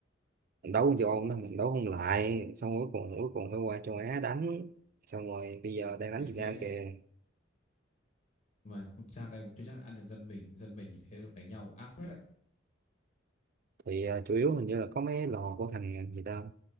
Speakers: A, on the right; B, on the left.
A: mình đấu con châu Âu nó mình đấu không lại xong cuối cùng cuối cùng phải qua châu Á đánh xong rồi bây giờ đang đánh
B: đánh
A: Việt
B: thế
A: Nam kìa
B: mà sang đây cũng chưa chắc là ăn được dân mình dân mình nhìn thế đánh nhau ác phết đấy
A: thì à, chủ yếu hình như là có mấy lò của thằng à, gì ta